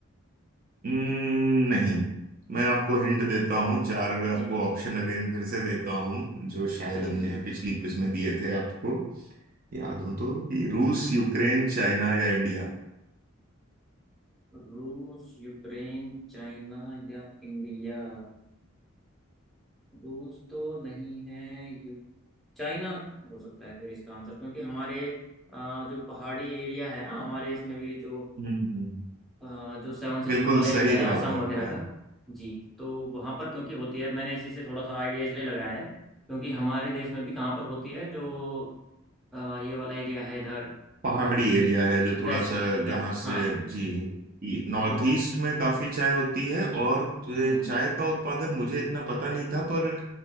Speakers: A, on the right; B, in the centre.
A: हम्म, नहीं मैं आपको हिंट देता हूँ चार आपको
B: जी
A: ऑप्शन अगेन फिर से देता हूँ जो शायद
B: जी
A: हमने
B: जी जी जी
A: पिछली क्विज में दिए थे आपको याद हो तो कि रूस यूक्रेन चाइना या इंडिया
B: रूस यूक्रेन चाइना या इंडिया रूस तो नहीं है यू चाइना हो सकता है फिर इसका आंसर क्योंकि हमारे अ, जो पहाड़ी एरिया है ना हमारे इसमें भी जो
A: हम्म
B: अ, जो सेवन सिस्टर
A: बिल्कुल
B: वाला एरिया
A: सही जवाब
B: है असम
A: है आपका
B: वगैरह का जी तो वहाँ पर क्योंकि होती है मैंने इसी से थोड़ा सा आइडिया इसलिए लगाया है क्योंकि हमारे देश में भी कहाँ पर होती है जो अ, ये वाला एरिया है इधर
A: पहाड़ी एरिया है जो थोड़ा
B: वेस्ट
A: सा जहाँ
B: वेस्ट
A: से
B: हाँ
A: जी नॉर्थ
B: तो
A: ईस्ट में काफी चाय होती है और अ,
B: हम्म
A: चाय का उत्पादन मुझे इतना पता नहीं था पर